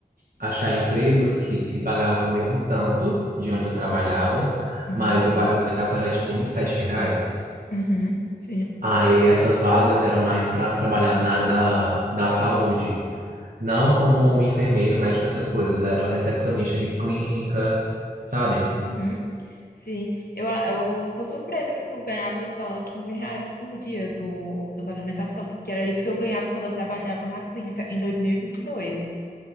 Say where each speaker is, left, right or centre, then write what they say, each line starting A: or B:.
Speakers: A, on the right; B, on the left.
A: achar empregos que pagavam o mesmo tanto de onde eu trabalhava,
B: Uhum.
A: mas o vale alimentação era tipo 27 reais.
B: Uhum. Sim.
A: Aí essas vagas eram mais para trabalhar na área da, da saúde, não como enfermeiro, médico, essas coisas. Era o recepcionista de clínica, sabe?
B: Uhum. Sim, eu, a- eu tô surpresa que tu ganhava só 15 reais por dia do, do Vale Alimentação, porque era isso que eu ganhava quando eu trabalhava na clínica em dois mil e e vinte e dois